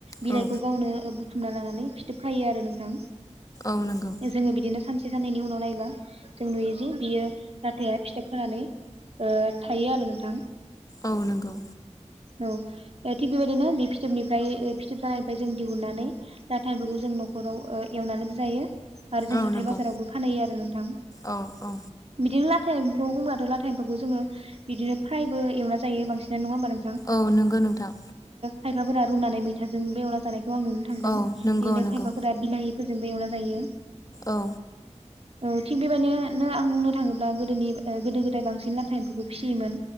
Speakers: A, on the right (about 55°); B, on the left (about 30°).
A: बिलाइखौ
B: औ
A: गावनो बुथुमना लानानै। फिथोबखायो आरो नोंथां
B: औ नंगौ
A: जोङो बिदिनो सानसे। साननैनि उनाव नायबा जों नुयो जे बियो लाथाया फिथोब खानानै। ओ थायो आरो नोंथां।
B: औ नोंगौ।
A: औ थिग बेबायदिनो बे फिथोबनिफ्राय फिथोब जानायनिफ्राय जों दिहुननानै लाथा एम्फौखौ जों। न'खराव ओ एवनानै। जायो आरो जों
B: औ
A: हाथाय
B: नंगौ
A: बाजारावबो फानहैयो आरो नोंथां
B: औ औ
A: बिदिनो लाथ। था एम्फौ होनबाथ' लाथा एम्फौखौ जोङो बिदिनो फ्रायबो एवना जायो बांसिनना नङा होनबा नों।
B: औ नोंगौ नोंथां।
A: खायफाफोरा रुनानै मैथाजों बे एवना जानायखौ आं नुनो थांदों
B: औ
A: बिदिनो
B: नंगौ नंगौ
A: खायफाफोरा बिलाहिफोरजों बे एवना। जायो।
B: औ।
A: औ थिग बेबायदिनो नों आं बुंनो थाङोब्ला गोदोनि गोदो गोदाय बांसिन लाथा एम्फौखौ फियोमोन।